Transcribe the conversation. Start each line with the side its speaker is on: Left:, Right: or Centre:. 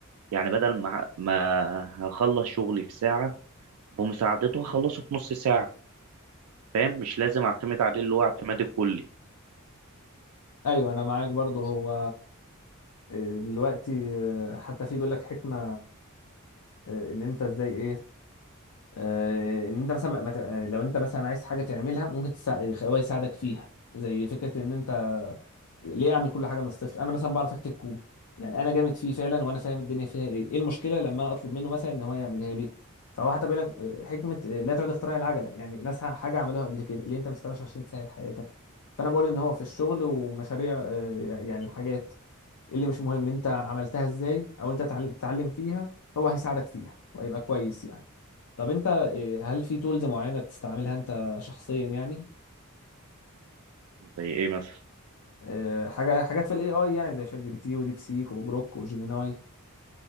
Right: يعني بدل ما ما هخلص شغلي في ساعة بمساعدته هخلصه في نص ساعة فاهم مش لازم اعتمد عليه اللي هو اعتمادي الكلي
Left: ايوه انا معاك برضو هو آه، دلوقتي آه، حتى في بيقول لك حكمة آه، ان انت ازاي ايه آه، ان انت مثلا ما- ما تبقى- لو انت مثلا عايز حاجة تعملها ممكن تساعد هو يساعدك فيها زي فكرة ان انت ليه اعمل كل حاجه من الصفر انا مثلا بعرف اكتب كود يعني انا جامد فيه فعلا وانا فاهم الدنيا فيها ايه ايه المشكله لما انا اطلب منه مثلا ان هو يعملها لي فهو حتى بيقول لك آه، حكمه آه، لا تعد اختراع العجله يعني ناس ح- حاجه عملوها قبل كده ليه انت ما استناش عشان تسهل حياتك فانا بقول ان هو في الشغل ومشاريع آه، يعني الحاجات اللي مش مهم انت عملتها ازاي او انت تعل- تتعلم فيها هو هيساعدك فيها وهيبقى كويس يعني طب انت آه، هل في تولز معينه بتستعملها انت شخصيا يعني
Right: زي ايه مثلا
Left: آه، حاجه حاجات في الاي اي يعني زي شات جي بي تي وديب سيك وجروك وجيميناي